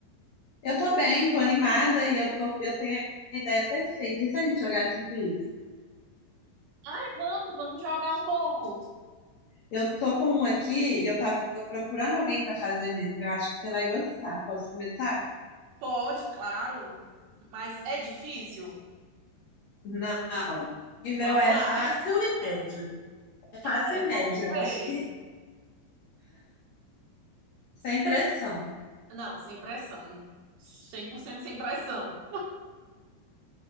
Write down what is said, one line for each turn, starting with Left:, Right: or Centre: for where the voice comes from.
Left: Eu tô bem, tô animada e eu, tô, eu tenho a ideia perfeita. E se a gente jogar assim isso?
Right: Ai, vamos, vamos jogar um pouco.
Left: Eu tô com um aqui e eu tava procurando alguém pra fazer mesmo. Eu acho que você vai gostar. Posso começar?
Right: Pode, claro, mas é difícil?
Left: Não. Nível
Right: Vamos
Left: é
Right: lá.
Left: fácil
Right: <laughs>
Left: e médio. É fácil
Right: É,
Left: e
Right: vamos
Left: médio, eu
Right: ver.
Left: acho que sem pressão.
Right: Não, sem pressão. 100% sem pressão.